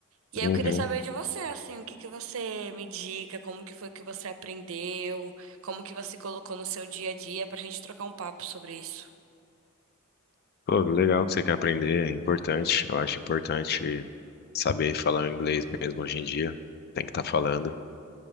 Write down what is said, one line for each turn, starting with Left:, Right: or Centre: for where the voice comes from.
Right: E aí
Left: Uhum.
Right: eu queria saber de você, assim, o que que você me indica, como que foi que você aprendeu, como que você colocou no seu dia a dia pra gente trocar um papo sobre isso.
Left: Pô, legal que você quer aprender, é importante. Eu acho importante saber falar o inglês mesmo hoje em dia. Tem que estar falando.